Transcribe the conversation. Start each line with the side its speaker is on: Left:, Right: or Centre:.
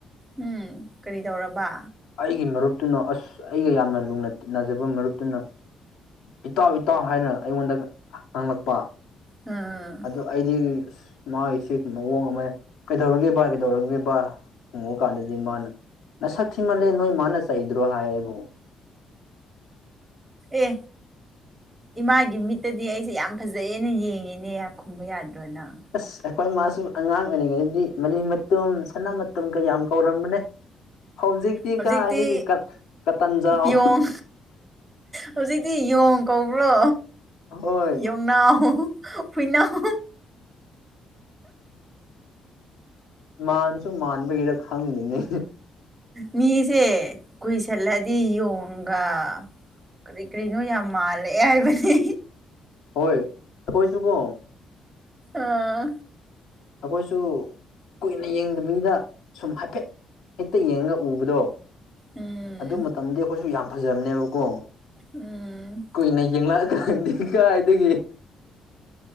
Right: ꯎꯝ ꯀꯔꯤ ꯇꯧꯔꯕ
Left: ꯑꯩꯒꯤ ꯃꯔꯨꯞꯇꯨꯅ ꯑꯁ ꯑꯩꯒ ꯌꯥꯝꯅ ꯂꯨꯅ ꯖꯕ ꯃꯔꯨꯞꯇꯨꯅ ꯏꯇꯥꯎ ꯏꯇꯥꯎ ꯍꯥꯏꯅ ꯑꯩꯉꯣꯟꯗ ꯉꯪꯂꯛꯄ
Right: ꯎꯝ
Left: ꯑꯗꯨ ꯑꯩꯗꯤ ꯃꯥꯒꯤꯁꯤ ꯃꯑꯣꯡ ꯑꯃꯅꯦ ꯀꯩꯗꯧꯔꯦꯕ ꯀꯩꯗꯧꯔꯕ ꯍꯪꯉꯛ ꯀꯥꯟꯗꯗꯤ ꯃꯥꯅ ꯅꯁꯛꯈꯤꯃꯜꯂꯦ ꯅꯣꯏ ꯃꯥꯅ ꯆꯩꯗ꯭ꯔꯣ ꯍꯥꯏ ꯑꯩꯕꯨ
Right: ꯑꯦ ꯏꯃꯥꯒꯤ ꯃꯤꯠꯇꯗꯤ ꯑꯩꯁꯦ ꯌꯥꯝ ꯐꯖꯩꯦꯅ ꯌꯦꯡꯉꯤꯅꯦ ꯈꯨꯝꯕ ꯌꯥꯗ꯭ꯔꯣꯅꯪ
Left: ꯑꯁ ꯑꯩꯈꯣꯏ ꯃꯥꯁꯨ ꯑꯉꯥꯡ ꯑꯣꯏꯔꯤꯉꯩꯗꯗꯤ ꯃ ꯃꯇꯨꯝ ꯁꯅꯥ ꯃꯇꯨꯝ ꯀꯌꯥꯝ ꯀꯧꯔꯝꯕꯅꯦ ꯍꯧꯖꯤꯛꯇꯤ
Right: ꯍꯧꯖꯤꯛꯇꯤ
Left: ꯀꯥꯏꯗꯒꯤ ꯀꯇꯟꯖꯥꯎ
Right: ꯌꯣꯡ ꯍꯧꯖꯤꯛꯇꯤ ꯌꯣꯡ ꯀꯧꯕ꯭ꯔꯣ
Left: ꯍꯣꯏ
Right: ꯌꯣꯡꯅꯥꯎꯨ ꯍꯨꯏꯅꯥꯎ
Left: ꯃꯥꯟꯁꯨ ꯃꯥꯟꯕꯒꯤꯔ ꯈꯪꯅꯤꯅꯦ
Right: ꯃꯤꯁꯦ ꯀꯨꯏꯁꯜꯂꯗꯤ ꯌꯣꯒ ꯀꯔꯤ ꯀꯔꯤꯅꯣ ꯌꯥꯝ ꯃꯥꯜꯂꯦ ꯍꯥꯏꯕꯅꯤ
Left: ꯍꯣꯏ ꯀꯣꯏꯁꯨ ꯀꯣ
Right: ꯑꯥ
Left: ꯑꯩꯈꯣꯏꯁꯨ ꯀꯨꯏꯅ ꯌꯦꯡꯗꯕꯤꯕꯤꯗ ꯁꯨꯝ ꯍꯥꯏꯐꯦꯠ ꯍꯦꯛꯇ ꯌꯦꯡꯉꯒ ꯎꯕꯗꯣ
Right: ꯎꯝ
Left: ꯑꯗꯨ ꯃꯇꯝꯗꯤ ꯑꯩꯈꯣꯏꯁꯨ ꯌꯥꯝ ꯐꯖꯕꯅꯦꯕꯀꯣ
Right: ꯎꯝ
Left: ꯀꯨꯏꯅ ꯌꯦꯡꯂꯛꯑꯀꯥꯟꯗ ꯀꯥꯏꯗꯒꯤ